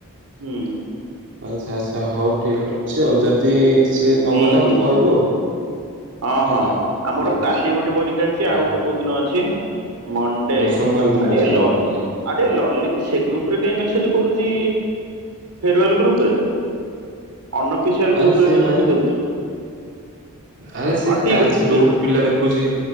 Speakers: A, on the right; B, on the right.
A: ହୁଁ।
B: ଆଚ୍ଛା ଆଚ୍ଛା, ହଉ ଠିକ୍ ଅଛି ଆଉ। ଯଦି ସିଏ ନଗଲା
A: ହୁଁ ହୁଁ।
B: ମତେ କହିବୁ ଆଉ
A: ହଁ
B: ହେଲା।
A: ହଁ। ଆମର
B: ଠିକ
A: କାଲି
B: ଅଛି
A: ଗୋଟେ ପରୀକ୍ଷା ଅ ଛି
B: ହଁ
A: ଆଉ ଗୋଟେ କୋଉ ଦିନ ଅଛି? ମଣ୍ଡେ।
B: ସୋମବାର ଦିନ
A: ଆରେ
B: ଅଛି ଆଉ
A: ଲ
B: ଗୋଟେ ପରୀକ୍ଷା
A: ଆରେ ଲଲିତ ସେ ଗ୍ରୁପରେ କାଇଁ ମେସେଜ କରୁଛି, ଫେରୱାଲ ଗ୍ରୁପରେ। ଅନଅଫିସିଆଲ
B: ଆରେ
A: ଗ୍ରୁପରେ
B: ସେ
A: ମେସେଜ୍
B: ମାନେ
A: କରୁଛି।
B: ଆରେ ସେ
A: ହଁ ଠିକ
B: ଚାଲିଛି
A: ଅଛି ଠିକ
B: ଯୋଉଠି
A: ଅଛି
B: ପିଲା ଦେଖୁଛି,